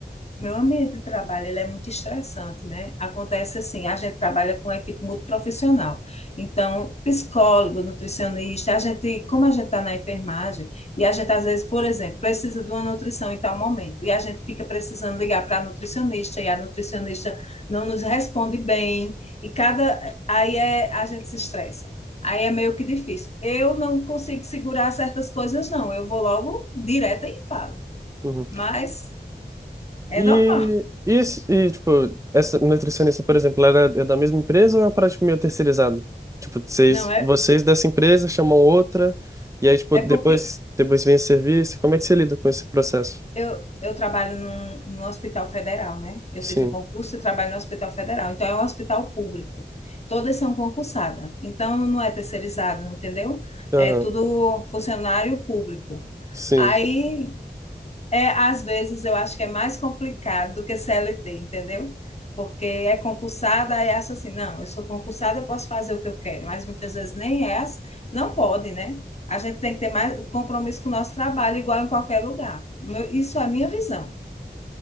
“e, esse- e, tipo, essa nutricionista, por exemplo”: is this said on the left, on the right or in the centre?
Right